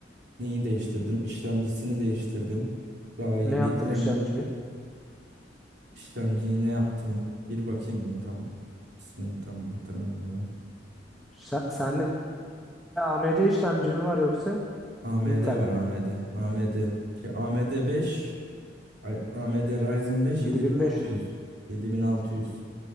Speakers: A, on the right (about 65°); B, in the centre.
A: neyi değiştirdim? İşlemcisini değiştirdim. Daha iyi
B: Ne yaptın
A: bir hem
B: işlemciyi?
A: işlemciyi ne yaptım? Bir bakayım tam ismini tam hatırlamıyorum.
B: Sen, sende AMD işlemci mi var yoksa
A: AMD
B: Intel
A: var
B: mi?
A: AMD. AMD. Şey, AMD 5 ay, AMD Ryzen 5
B: 7500
A: 7600.
B: mü?
A: 7600.